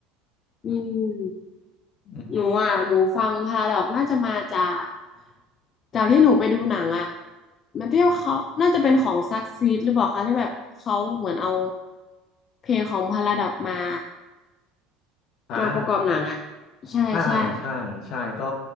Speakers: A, on the left (about 45°); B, on the left (about 60°).
A: อืม
B: ำอืม
A: หนูอ่ะหนูฟังพาราดอกน่าจะมาจากจากที่หนูไปดูหนังอะมันเที่ยวเขาน่าจะเป็นของซักซีดหรือเปล่าคะที่แบบเขาเหมือนเอาเพลงของพาราดอกมา
B: อ่า
A: มาประกอบหนังอะใช่ใช่
B: อ่าใช่ใช่ก็